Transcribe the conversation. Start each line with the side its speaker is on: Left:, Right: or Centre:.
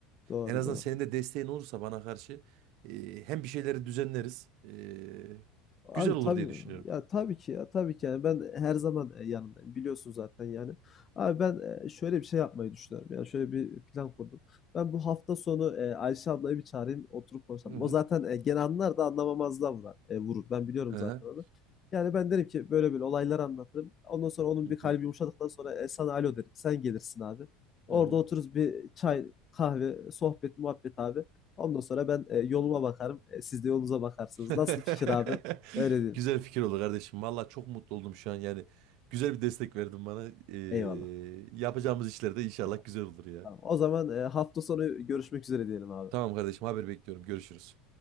Left: Doğru
Right: En azından
Left: doğru.
Right: senin de desteğin olursa bana karşı e, hem bir şeyleri düzenleriz. e,
Left: Abi
Right: güzel olur
Left: tabii
Right: diye düşünüyorum.
Left: ya tabii ki ya tabii ki yani ben her zaman e, yanındayım biliyorsun zaten yani. Abi ben e, şöyle bir şey yapmayı düşünüyorum yani şöyle bir plan kurdum. Ben bu hafta sonu e, Ayşe ablayı bir çağırayım oturup konuşalım.
Right: Hı hı.
Left: O zaten e, gene anlar da anlamamazlığa vurar, e, vurur ben biliyorum
Right: Hı hı.
Left: zaten onu. Yani ben derim ki böyle böyle olayları anlatırım. Ondan sonra onun
Right: Hı
Left: bir kalbi
Right: hı.
Left: yumuşadıktan sonra e, sana alo derim sen gelirsin abi. Orada
Right: Hı hı.
Left: otururuz bir çay kahve sohbet muhabbet abi. Ondan sonra ben e, yoluma bakarım. e, siz de yolunuza bakarsınız.
Right: <laughs>
Left: Nasıl fikir abi? Öyle diyelim.
Right: Güzel fikir oldu kardeşim. Valla çok mutlu oldum şu an yani. Güzel bir destek verdin bana. Ee,
Left: Eyvallah.
Right: yapacağımız işler de inşallah
Left: Eyvallah.
Right: güzel olur ya.
Left: Tamam. O zaman e, hafta sonu görüşmek üzere diyelim abi.
Right: Tamam kardeşim haber bekliyorum. Görüşürüz.